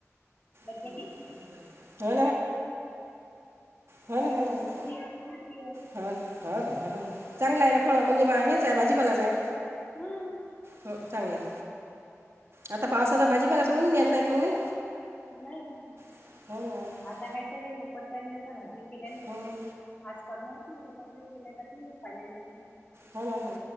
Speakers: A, on the left (about 25°); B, on the right (about 55°).
A: बरबटी
B: होन,
A: आहे
B: होन. <unintelligible>
A: तिसरी आहे तिसरी आहे
B: ह ह कायला चांगला आहे ना फळ म्हणजे हेच आहे भाजीपालाचं हाय.
A: मंग.
B: हो चांगलाय आता पावसाचा भाजीपाला तोडून घ्याल ना तशी तुम्ही?
A: नाही.
B: हो.
A: आता कायचं हे उपटने जात ना भाजी केल्याने जात
B: हो ना
A: आज करनार होती मंग ती केल्या जात नाही. <unintelligible>
B: हॊ. हॊ.